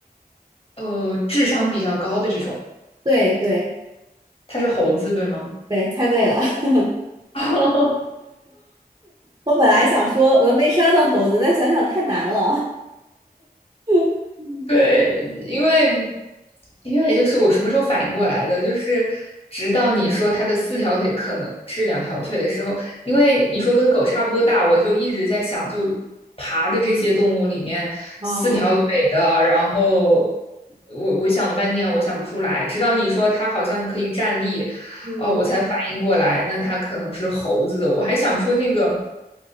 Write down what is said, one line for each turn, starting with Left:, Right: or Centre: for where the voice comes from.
Left: 呃智商比较高的这种？
Right: 对对
Left: 它是猴子，对吗？
Right: 对，猜对了，<laughs>
Left: <laughs>
Right: 我本来想说峨眉山的猴子，但想想太难了，<laughs>
Left: 对，因为因为就是我什么时候反应过来的，就是直到你说它的四条腿可能是两条腿的时候，因为你说跟狗差不多大，我就一直在想，就爬的这些动物里面，
Right: 哦，
Left: 四条腿的，然后我我想了半天，我想不出来，直到你说它好像可以站立，
Right: 嗯，
Left: 哦，我才反应过来，那它可能是猴子的，我还想说那个。